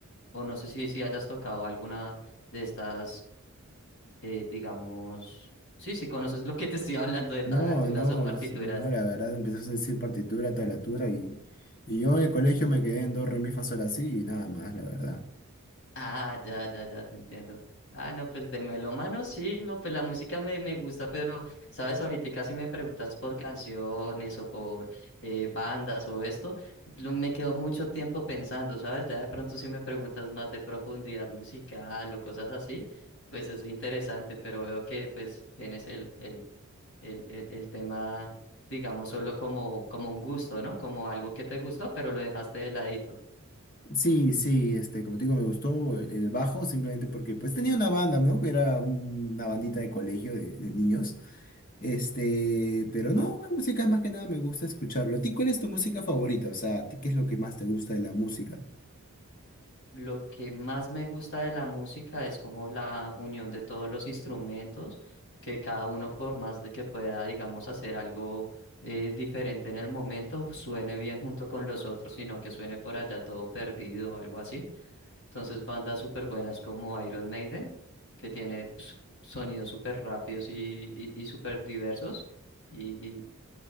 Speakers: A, on the left (about 55°); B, on the left (about 40°).
A: o no sé si, si hayas tocado alguna de estas, eh, digamos, sí, si conoces lo que te estoy hablando de tablaturas
B: No, no,
A: o partituras.
B: es- no, la verdad empezó a decir partitura, tablatura y, y yo en el colegio me quedé en do, re, mi, fa, sol, así y nada más, la verdad.
A: Ah, ya, ya, ya, te entiendo. Ah, no, pues de melómano sí, no, pues la música me, me gusta, pero, sabes, ahorita si me preguntas por canciones o por eh, bandas o esto, lo- me quedo mucho tiempo pensando, ¿sabes? Ya de pronto si me preguntas más de profundidad musical o cosas así, pues es interesante, pero veo que pues tienes el, el, el, el, el tema, digamos, solo como, como un gusto, ¿no? Como algo que te gustó, pero lo dejaste de ladito.
B: Sí, sí, este, como te digo, me gustó el, el bajo simplemente porque pues tenía una banda, ¿no? Que era un- una bandita de colegio de, de niños. Este, pero no, la música más que nada me gusta escucharlo. ¿A ti cuál es tu música favorita? O sea, ¿a ti qué es lo que más te gusta de la música?
A: Lo que más me gusta de la música es como la unión de todos los instrumentos, que cada uno por más de que pueda, digamos, hacer algo eh, diferente en el momento, suene bien junto con los otros, sino que suene por allá todo perdido o algo así. Entonces, bandas súper buenas como Iron Maiden, que tiene ps, sonidos súper rápidos y, y, y súper diversos. Y, y